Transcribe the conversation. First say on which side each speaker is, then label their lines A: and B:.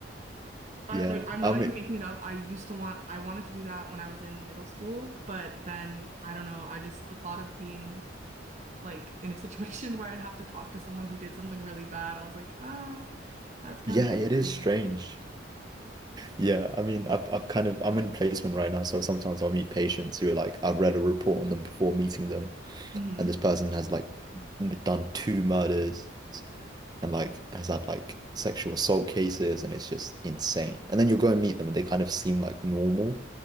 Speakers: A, on the right; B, on the right.
A: I
B: yeah,
A: like I'm
B: I
A: not
B: mean,
A: even making it up. I used to want I wanted to do that when I was in middle school, but then I don't know, I just the thought of being like <laughs> in a situation <laughs> where I'd have to talk to someone who did something really bad, I was like, ah, that's kind
B: yeah,
A: of
B: it is
A: scary.
B: strange. Yeah, I mean, I've, I've kind of, I'm in placement right now, so sometimes I'll meet patients who are like, I've read a report on them before meeting them,
A: Mm-hmm.
B: and this person has like done two murders and like has had like sexual assault cases and it's just insane. And then you'll go and meet them and they kind of seem like normal.